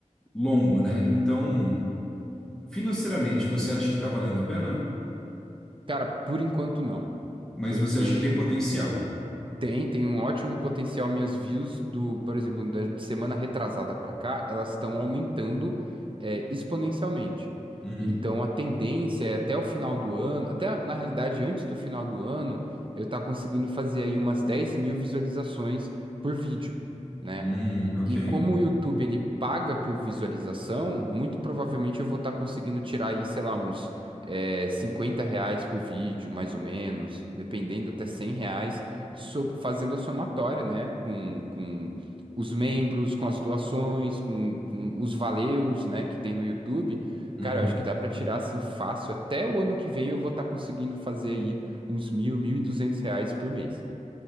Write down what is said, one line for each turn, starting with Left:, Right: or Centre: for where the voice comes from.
Centre: longo, né? Então, financeiramente, você acha que tá valendo a pena?
Right: Cara, por enquanto não.
Centre: Mas
Right: Porque.
Centre: você acha que tem potencial?
Right: Tem, tem um ótimo potencial. Minhas views do, por exemplo, da semana retrasada pra cá, elas estão aumentando, é, exponencialmente.
Centre: Uhum.
Right: Então a tendência é até o final do ano, até na realidade antes do final do ano, eu tá conseguindo fazer aí umas 10 mil visualizações por vídeo, né?
Centre: Hum, ok.
Right: E como o YouTube ele paga por visualização, muito provavelmente eu vou estar conseguindo tirar aí, sei lá, uns eh, 50 reais por vídeo, mais ou menos, dependendo, até 100 reais, sob- fazendo a somatória, né? Com, com os membros, com as doações, com, com os valeus, né, que tem no YouTube.
Centre: Uhum.
Right: Cara, eu acho que dá para tirar assim fácil. Até o ano que vem eu vou estar conseguindo fazer aí uns mil, mil e duzentos reais por mês.